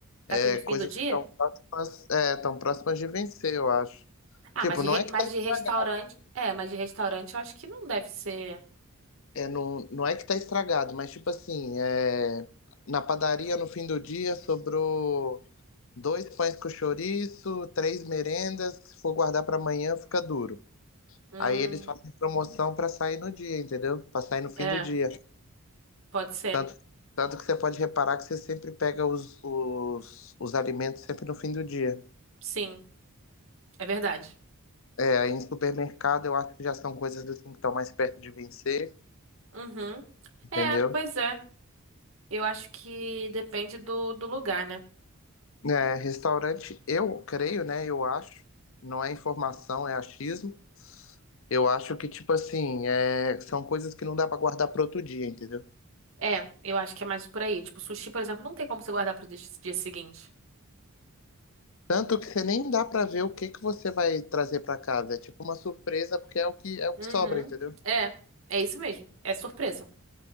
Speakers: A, on the left (about 60°); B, on the right (about 60°).
A: É,
B: Será que é de fim
A: coisas
B: do dia?
A: que estão próximas, é, tão próximas de vencer, eu acho.
B: Ah,
A: Tipo,
B: mas de,
A: não
B: re-
A: é que
B: mas
A: tá estragado.
B: de restaurante. É, mas de restaurante eu acho que não deve ser.
A: É, não, não é que tá estragado, mas tipo assim, é, na padaria no fim do dia sobrou dois pães com chouriço, três merendas, se for guardar pra amanhã fica duro.
B: Hum,
A: Aí eles fazem promoção pra sair no dia, entendeu? Pra sair no fim
B: é,
A: do dia.
B: pode ser.
A: Tanto, tanto que você pode reparar que você sempre pega os, os, os alimentos sempre no fim do dia.
B: Sim, é verdade.
A: É, aí em supermercado eu acho que já são coisas assim que estão mais perto de vencer,
B: Uhum.
A: entendeu?
B: É, pois é. Eu acho que depende do, do lugar, né?
A: É, restaurante, eu creio, né? Eu acho, não é informação, é achismo. Eu acho que, tipo assim, é, são coisas que não dá pra guardar para outro dia, entendeu?
B: É, eu acho que é mais por aí. Tipo, sushi, por exemplo, não tem como você guardar pro dia, dia seguinte.
A: Tanto que você nem dá pra ver o que que você vai trazer pra casa. É tipo uma surpresa, porque é o que, é o
B: Uhum.
A: que sobra, entendeu?
B: É, é isso mesmo. É surpresa.